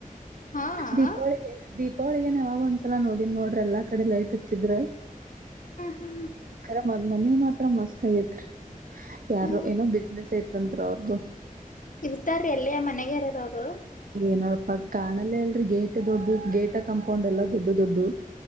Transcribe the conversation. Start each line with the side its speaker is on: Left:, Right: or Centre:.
Left: ಹಾ ಹಾ
Right: ದೀಪಾವಳಿ ೋಳಿಗನ್ ಯಾವಾಗ ಒಂದ್ಸಲ ನೋಡನ್ ನೋಡ್ರ ಎಲ್ಲಾ ಕಡೆ ಲೈಟ್ ಹಚ್ಚಿದ್ರ.
Left: ಹಾ
Right: ಕರೆ ಮ್. ಮನೆ ಮಾತ್ರ ಮಸ್ತ್ ಆಗತ್ರಿ ಯಾರು
Left: ಹೌದು
Right: ಏೋ ಬಿಸೆಸ್ ಐ. ಸ್ವತಂತ್ರ ಅವ್ರದು
Left: ಇರ್ತಾರೀ ಎಲ್ಲಿಯ ಮನೆಗಾರರ ಅವರು
Right: ಏನಾರಪ್ಪ ಕಾಣಲ್ಲೇ ಅಲ್ರರಿ ಗೇಟ್ ದೊಡ್ಡು ಗೇಟ ಕಂಪೌಂಡ್ ಎಲ್ಲ ದೊಡ್ಡು ದೊಡ್ಡು